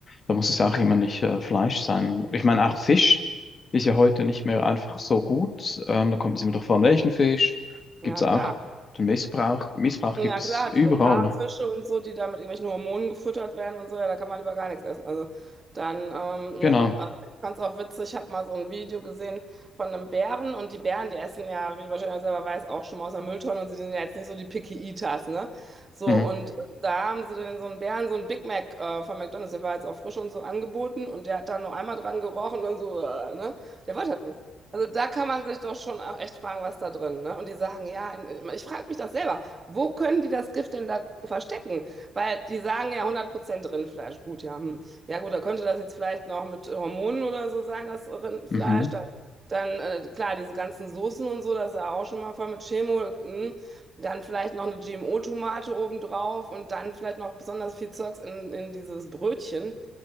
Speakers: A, on the left (about 40°); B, on the right (about 35°).
A: Da muss es auch immer nicht äh, Fleisch sein. Ich meine, auch Fisch ist ja heute nicht mehr einfach so gut. Ähm, da kommt es immer darauf an, welchen Fisch.
B: Ja,
A: Gibt es auch
B: klar.
A: den Missbrauch. Missbrauch
B: Ja
A: gibt es
B: klar,
A: überall,
B: diese Farmfische
A: ne?
B: und so, die da mit irgendwelchen Hormonen gefüttert werden und so, ja, da kann man lieber gar nichts essen. Also dann, ähm,
A: Genau.
B: ja, also ich fand's auch witzig, ich habe mal so ein Video gesehen von einem Bären und die Bären, die essen ja, wie du wahrscheinlich selber weißt, auch schon mal aus der Mülltonne und sie sind ja jetzt nicht so die Picky Eaters, ne? So,
A: Mhm.
B: und da haben sie dann so einen Bären, so ein Big Mac äh, von McDonald's, der war jetzt auch frisch und so angeboten und der hat dann nur einmal dran gerochen und so, äh, ne? Der wollte das nicht. Also da kann man sich doch schon auch echt fragen, was da drin, ne? Und die sagen, ja, ich frage mich das selber. Wo können die das Gift denn da verstecken? Weil die sagen ja 100% Rindfleisch. Gut, ja. Hm. Ja gut, da könnte das jetzt vielleicht noch mit Hormonen oder so sein, das Rindfleisch.
A: Mhm.
B: Dann, dann äh, klar, diese ganzen Soßen und so, das ist ja auch schon mal voll mit Chemo. Hm. Dann vielleicht noch eine GMO-Tomate obendrauf und dann vielleicht noch besonders viel Zeugs in, in dieses Brötchen.